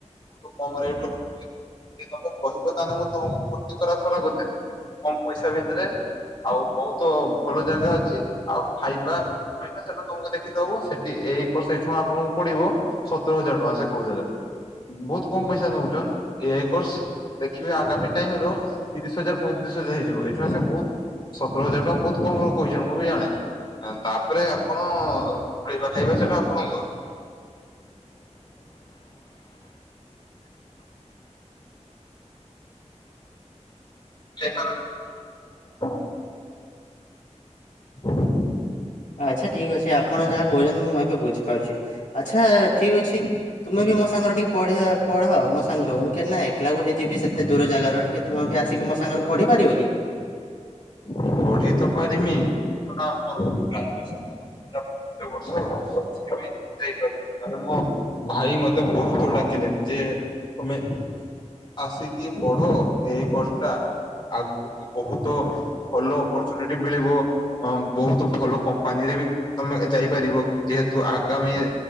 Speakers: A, on the left; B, on the left.
A: କମ ରେଟ ପକେଇଚନ୍ତି ଯଦି ତମେ କହିବ ତାହେଲେ ମୁଁ ତମକୁ ଭର୍ତ୍ତି କରା କରା କରି ଦେବି। କମ ପଇସା ଭିତରେ। ଆଉ ବହୁତ ଭଲ ଜାଗା ଅଛି ଆଉ ଖାଇବା ରହିବା ସେଇଟା ତମକୁ ଦେଖିତବ ସେଠି ଏଇ କୋର୍ସ ଏଇ ଛୁଆ ଆପଣଙ୍କୁ ପଡ଼ିବ ସତୁରି ହଜାର ଟଙ୍କା ସେ କହୁଥିଲେ। ବହୁତ କମ ପଇସା ନଉଛନ୍ ଏ ଆଇ କର୍ସ ଦେଖିବେ ଆଗାମୀ ଟାଇମର ତିରିଶି ହଜାର ପଇଁତିରିଶି ହଜାର ହେଇଯିବ ଏଠ ସେ ବହୁତ ସତର ହଜାର ଟଙ୍କା ବହୁତ କମ ର କହିଛନ୍ତି ମୁଁ ବି ଜଣେ। ତାପରେ ଆପଣ ରହିବା ଖାଇବା ସେଟା ଆପଣଙ୍କର। <inaudible> <inaudible> <inaudible>
B: ଆଛା ଠିକ୍ ଅଛି ଆପଣ ଯାହା କହୁଛନ୍ତି ମୁଁ ଏବେ ବୁଝିପାରୁଛି। ଆଛା ଠିକ୍ ଅଛି ତୁମେ ବି ମୋ ସାଙ୍ଗରେ ଟିକେ ପଢିଆ ପଢ ମୋ ସାଙ୍ଗର ମୁଁ କେନା ଏ ଏକେଲା ଗୋଟେ ଯିବି ସେତେ ଦୂର ଜାଗାର ଟିକେ ତୁମେ ବି ଆସିକି ମୋ ସାଙ୍ଗର ପଢିପାରିବ କି?
A: ପଢି ତ ପାରିମି ଏଗୁଡା ଆମର ଟାର୍ଗେଟ ସ୍ପିଟ୍ କଥା ହେଲା। ଯୋଉ ବର୍ଷ ସିଏ ଯାଉଛି ମୁଁ ଯାଇପାରୁନି। ମାନେ ମୋ ଭାଇ ମତେ ବହୁତ ଡାକିଲେଣି ଯେ ତୁମେ ଆସିକି ପଢ ଏଇ ବର୍ଷଟା ଆଗୁକୁ ବହୁତ ଭଲ ଅପରଚୁନିଟି ମିଳିବ ଅ ବହୁତ ଭଲ କମ୍ପାନୀରେ ବି ତମେ ଯାଇପାରିବ ଯେହେ ତୁ ଆଗାମୀ ଏ